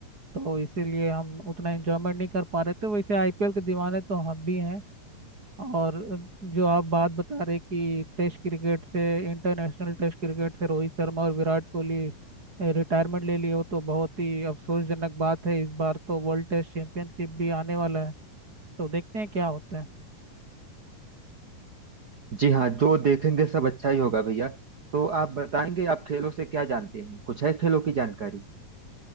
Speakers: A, on the right; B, on the right.
A: तो इसीलिए हम उतना एंजॉयमेंट नहीं कर पा रहे थे वैसे आईपीएल के दीवाने तो हम भी हैं और जो आप बात बता रहे कि टेस्ट क्रिकेट से इंटरनेशनल टेस्ट क्रिकेट से रोहित शर्मा और विराट कोहली रिटायरमेंट ले लिए हो तो बहुत ही अफसोसजनक बात है इस बार तो वर्ल्ड टेस्ट चैंपियनशिप भी आने वाला है तो देखते हैं क्या होता है
B: जी हाँ जो देखेंगे सब अच्छा ही होगा भैया तो आप बताएंगे आप खेलों से क्या जानते हैं कुछ है खेलों की जानकारी